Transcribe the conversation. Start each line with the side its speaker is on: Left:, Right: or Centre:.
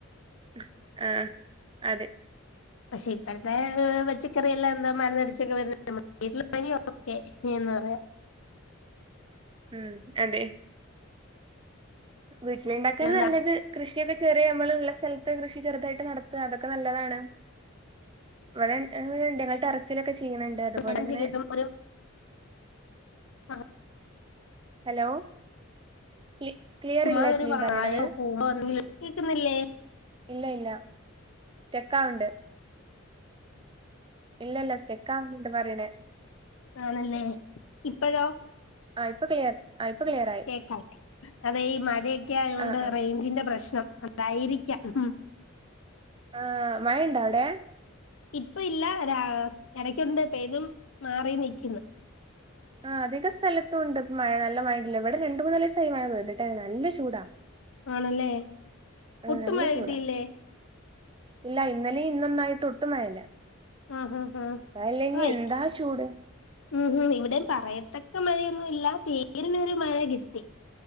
Right: ഉം ആഹ് അതെ
Left: പഷേ ഇപ്പഴത്തെ പച്ചക്കറിയെല്ലാം എന്താ മര്ന്നടിച്ചൊക്കെ വരുന്ന നമ്മളെ വീട്ടിലാണെങ്കി <unintelligible> ഓക്കെ എന്ന് വേണം <unintelligible>
Right: ഉം. അതെ വീട്ടില്ണ്ടാക്കാണ്.
Left: എന്താ
Right: നല്ലത് കൃഷിയൊക്കെ ചെറ്യേ നമ്മളുള്ള സ്ഥലത്ത് കൃഷി ചെറുതായിട്ട് നടത്ത. അതൊക്കെ. നല്ലതാണ് ഇവടെ.. ഉണ്ട്.. <unintelligible> ടറസിലൊക്കെ ചെയ് ചെയ്യണ്‌ണ്ട് അതുപോലെങ്ങനെ
Left: മരുന്ന് കിട്ടും ഒരു ആ,
Right: ഹലോ ക്ലി. ക്ലിയർ.
Left: ചുമ്മാതെ
Right: ഇല്ല.
Left: ഒരു
Right: ക്ലീൻ.
Left: വാഴയോ
Right: പറയിണത്
Left: പൂവോ എന്തെങ്കിലും കേക്കുന്നില്ലേ
Right: ഇല്ല ഇല്ല സ്റ്റെക്കാവ്ണ്ട് ഇല്ല <unintelligible> പറയണേ
Left: ആണല്ലേ. ഇപ്പഴോ-
Right: ആഹ്. ഇപ്പൊ ക്ലിയർ ആ ഇപ്പൊ ക്ലിയർ ആയി
Left: കേക്കണ്ടേ അതെ ഈ മഴയൊക്കെ ആയോണ്ട്
Right: ആ ആ
Left: റൈഞ്ചിന്റെ പ്രശ്നം തായിരിക്കാം. ഹ് ഹ്
Right: ആ മഴയിണ്ട. അവടെ
Left: ഇപ്പ ഇല്ല. രാ. എടക്കുണ്ട് പെയ്തും. മാറിയും നിക്കുന്നു
Right: ആഹ്. അധിക സ്ഥലത്തുണ്ട് ഇപ്പോ മഴ നല്ലമഴണ്ട് ലേ. ഇവിടെ രണ്ട്. മൂന്നാലിസ് ഇപ്പൊ. മഴ. പെയ്തിട്ടേ. നല്ല. ചൂടാ
Left: ആണല്ലേ,
Right: ആ
Left: ഒട്ടും
Right: നല്ല
Left: മഴ
Right: ചൂടാ
Left: കിട്ടിയില്ലേ
Right: ഇല്ല, ഇന്നലിം. ഇന്നൊന്നായിട്ടൊ. ഒട്ടും. മഴയില്ല
Left: ആഹ് ആഹ് ആഹ്
Right: മഴല്ലെങ്കി.
Left: ആയി
Right: എന്താ ചൂട്
Left: ഉം, ഹം. ഇവിടെ പറയത്തക്ക മഴയൊന്നു. ഇല്ല. പേരിനൊരു. മഴ കിട്ടി